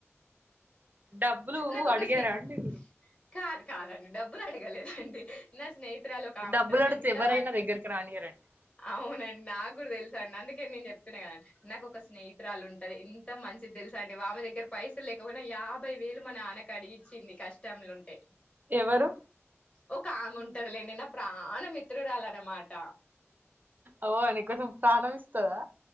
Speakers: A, on the right; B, on the left.
A: డబ్బులు
B: నాక ఒక్క
A: అడిగారా
B: స్నేహి
A: అండి
B: కాదు కాదండి డబ్బులు అడగలేదండి నా స్నేహి తురాలు ఒక్క ఆమె
A: డబ్బులు
B: ఉంటదండి
A: అడిగితే
B: ఎంత
A: ఎవరైనా
B: మా
A: దగ్గరికి రానియరండి
B: అవునండి నాకు కూడా తెలుసు అండి అందుకే నేను చెప్తున్నా కదండి నాకు ఒక స్నేహితురాలు ఉంటది ఇంత మంచిది తెలుస అండి వామె దగ్గర పైసలు లేకపోయినా యాభై వేలు మా నాన్న అడిగిచ్చింది కష్టంలో ఉంటే
A: ఎవరు
B: ఒకామె ఉంటదిలే నిన్న ప్రాణ మిత్రురాల అన్నమాట
A: ఓ నీకోసం ప్రాణం ఇస్తాదా